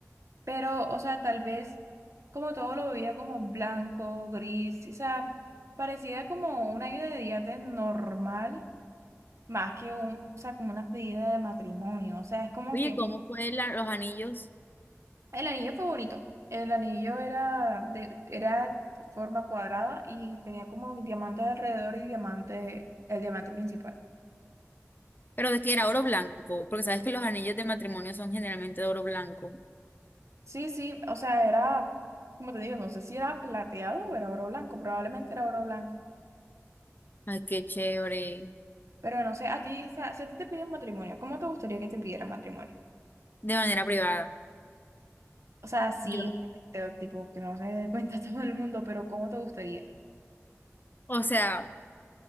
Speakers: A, on the right; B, on the left.
A: Pero, o sea, tal vez como todo lo veía como blanco, gris, o sea, parecía como una ayuda de yate normal, más que un, o sea, como una pedida de matrimonio. O sea, es como
B: Oye,
A: que
B: ¿cómo fue la- los anillos?
A: el anillo fue bonito. El anillo era de, era de forma cuadrada y tenía como diamantes alrededor y diamante, el diamante principal.
B: Pero de que era oro blanco, porque sabes que los anillos de matrimonio son generalmente de oro blanco.
A: Sí, sí, o sea, era, como te digo, no sé si era plateado o era oro blanco, probablemente era oro blanco.
B: Ay, qué chévere.
A: Pero no sé, a ti, o sea, si a ti te piden matrimonio, ¿cómo te gustaría que te pidieran matrimonio?
B: De manera privada.
A: O sea, sí,
B: Yo,
A: obviamente, o tipo, que no se dé cuenta <laughs> todo el mundo, pero ¿cómo te gustaría?
B: o sea,